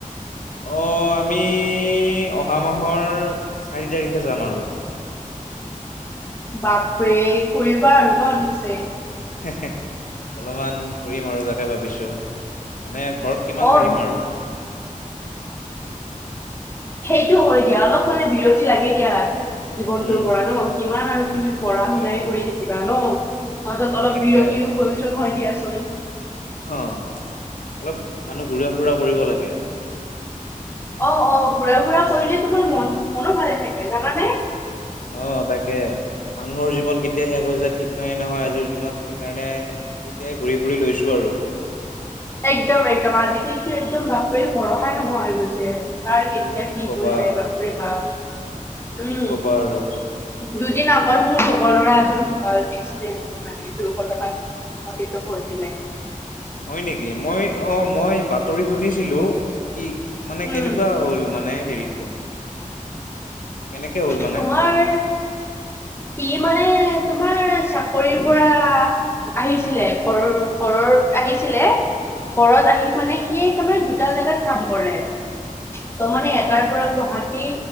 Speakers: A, on the left (about 70°); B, on the left (about 15°).
A: অহ আমি অহা মাহৰ চাৰি তাৰিখে যাম আৰু।
B: বাপৰে! ফুৰিবা আৰু ন ঠিকছে।
A: সে সে অলপমান ফুৰিম আৰু তাকে ভাবিছো, মানে ঘৰত কিমান
B: অ
A: থাকিম আৰু।
B: সেইটো হয় দিয়া অলপ মানে বিৰতি লাগে দিয়া। জীৱনটোৰ
A: উম
B: পৰা ন, কিমান আৰু তুমি পঢ়া
A: তাকে
B: শুনাই কৰি থাকিবা ন? মাজত অলপ
A: তাকে
B: বিৰতিৰ প্ৰয়োজন হয় দিয়াচোন।
A: হও অলপ মানুহ ঘূৰা-ফুৰা কৰিব লাগে।
B: অহ অহ ঘুৰা ফুৰা কৰিলে তোমাৰ মন মনো ভালে থাকে জানানে।
A: অহ তাকে মানুহৰ জীৱন কেতিয়া শেষ হৈ যায় ঠিক নাই নহয় আজিৰ দিনত। সেইকাৰণে এতিয়াই ঘূৰি ফুৰি লৈছোঁ আৰু।
B: একদম একদম আজিকালিতো একদম বাপৰে ভৰসাই নহা হৈ গৈছে। কাৰ
A: এ
B: কেতিয়া কি
A: কবা
B: হৈ যায় বাপৰে বাপ। উম
A: কি ক'বা আৰু।
B: দুদিন আগত মোৰ লগৰ ল'ৰা এজন ঢুকাল এক্সিডেন্ট হৈ মানে দুৰ্ঘটনা সংঘটিত হৈ পিনে।
A: হয় নেকি মই অহ মই বাত স্ত্ৰৰী শুনিছিলো কি মানে
B: উম
A: কেনেকুৱা হ'ল মানে হেৰিটো? কেনেকে হ'ল মানে
B: তোমাৰ সি মানে তোমাৰ চাকৰিৰ পৰা আহিছিলে ঘৰৰ ঘৰত আহিছিলে ঘৰত আহি মানে সিয়ে তাৰমানে দুটা জাগাত কাম কৰে তাৰমানে এটাৰ
A: হয়
B: পৰা গুৱাহাটী